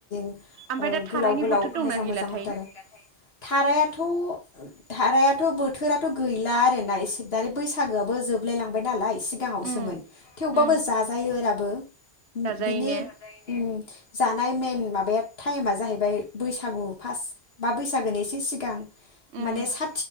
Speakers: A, on the left; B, on the right.
A: <inaudible>
B: ओमफ्राय दा थारायनि
A: गोलाव गोलाव
B: बोथोर दंना
A: मोजां
B: गैलाथाय
A: मोजां हरथारो थारायाथ' थाराया <unintelligible> थ' बोथोराथ' गैला आरोना एसे दानि बैसागोआबो जोबलाय लांबाय नालाय। सिगांङावसोमोन
B: उम
A: <unintelligible> थेवबाबो
B: उम
A: जाजायो राबो
B: जाजायो
A: बिनि
B: ने
A: <unintelligible> जानाय मइेन माबाया थाइमा जाहैबाय बैसागु फार्स्ट बा बैसागोनि एसे सिगां <unintelligible>
B: उम
A: माने <unintelligible> बैस